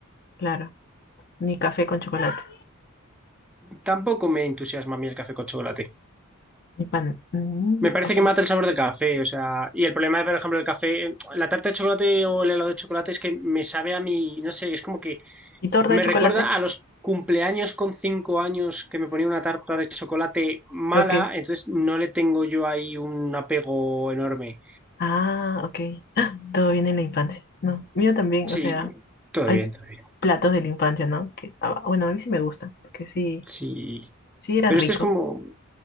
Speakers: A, on the left (about 50°); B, in the centre.
A: claro. Ni café con chocolate,
B: Tampoco me entusiasma a mí el café con chocolate.
A: ni pan. Mm,
B: Me parece
A: ok.
B: que mata el sabor del café, o sea, y el problema, por ejemplo, el café, la tarta de chocolate o el helado de chocolate es que me sabe a mí, no sé, es como que
A: ¿Y torta
B: me
A: de chocolate?
B: recuerda a los cumpleaños con cinco años que me ponía una tarta de chocolate mala,
A: Ok.
B: entonces no le tengo yo ahí un apego enorme.
A: Ah, ok. Ah, todo viene en la infancia. No, mío también,
B: Sí,
A: o sea,
B: todo
A: hay
B: bien, todo bien.
A: platos de la infancia, ¿no? Que, ah, bueno, a mí sí me gustan, porque sí,
B: Sí,
A: sí eran
B: pero
A: ricos.
B: esto es como,